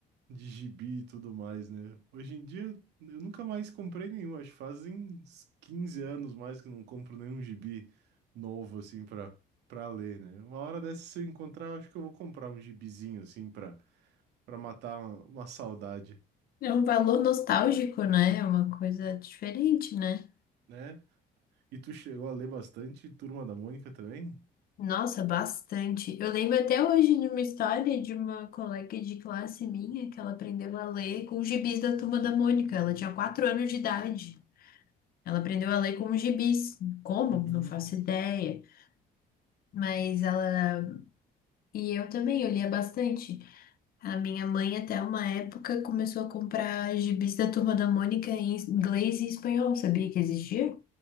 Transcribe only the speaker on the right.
de gibi e tudo mais, né? Hoje em dia eu nunca mais comprei nenhum, acho que fazem uns 15 anos mais que eu não compro nenhum gibi novo assim pra, pra ler, né? Uma hora dessa se eu encontrar, eu acho que eu vou comprar um gibizinho assim pra, pra matar uma uma saudade.
né? E tu chegou a ler bastante Turma da Mônica também?
Uhum.